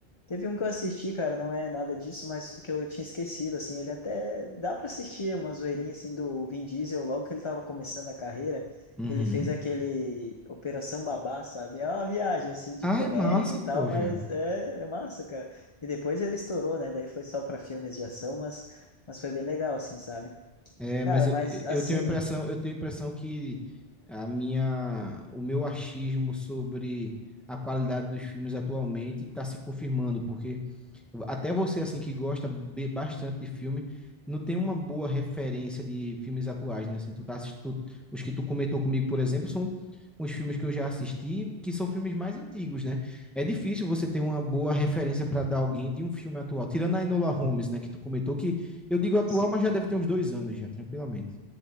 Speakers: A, on the left; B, in the centre.
A: Teve um que eu assisti, cara, não é nada disso, mas que eu tinha esquecido, assim, ele até dá para assistir uma zoeirinha, assim, do Vin Diesel, logo que ele tava começando a carreira,
B: Uhum.
A: ele fez aquele Operação Babá, sabe? É uma viagem, assim, de
B: Ah,
A: comédia
B: é massa,
A: e tal,
B: poxa.
A: mas é, é massa, cara. E depois ele estourou, né? Daí foi só para filmes de ação, mas, mas foi bem legal, assim, sabe?
B: É,
A: Cara,
B: mas eu,
A: mas, assim,
B: eu tenho a impressão, eu tenho a impressão que a minha, o meu achismo sobre a qualidade dos filmes atualmente está se confirmando, porque até você, assim, que gosta be- bastante de filme, não tem
A: Uhum.
B: uma boa referência de filmes atuais, né? Assim, tu tá assistindo os que tu comentou comigo, por exemplo, são os filmes que eu já assisti, que são filmes mais antigos, né? É difícil você ter uma boa referência para dar alguém de um filme atual. Tirando a Enola Holmes, né, que tu comentou, que eu digo atual,
A: Sim.
B: mas já deve ter uns dois anos já, tranquilamente.